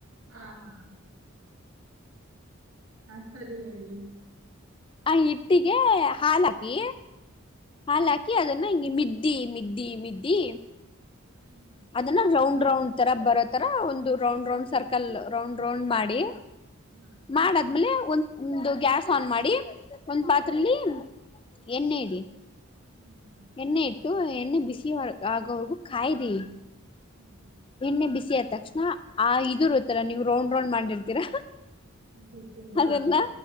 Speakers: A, on the right; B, on the left.
A: ಹಾ ಹಾ ಹಾ ಸರಿ ಹೇಳಿ
B: ಆ ಹಟ್ಟಿಗೆ ಹಾಲಾಕಿ ಹಾ ಹಕ್ಕಿ ಅದನ್ನ ಹ ಮ್ದಿ ಮಿದ್ದಿ ಮಿದ್ದಿ
A: ಹ್ಮ್
B: ಅದನ್ನ ರೌಂಡ್ ರೌಂಡ್ ತರ ಬರೋತರ ಒಂದು round round circle round round ಮಾಡಿ
A: ಹಾ
B: ಮಾಡದ್ಮೇಲೆ ಒ ಒಂದು ಗ್ಯಾಸ್ ಆನ್ ಮಾಡಿ ಒಂದ್
A: ಹಾ
B: ಪಾತ್ರಲ್ಲಿ ಎಣ್ಣೆ ಇಡಿ
A: ಹ್ಮ್ ಹ್ಮ್
B: ಎಣ್ಣೆ ಇಟ್ಟು ಎಣ್ಣೆ ಬಿಸಿ ಆಗವ್ರಗೂ ಕಾಯರಿ
A: ಹ್ಮ್
B: ಎಣ್ಣೆ ಬಿಸಿ ಆದ ತಕ್ಷಣ ಆ ಇದುರುತಲ್ಲ ನೀವ್ ರೌಂಡ್ ರೌಂಡ್ ಮಾಡಿರ್ತೀರಾ
A: ಹಿಟ್ಟಿಂದು
B: ಅದನ್ನ
A: ಹಾ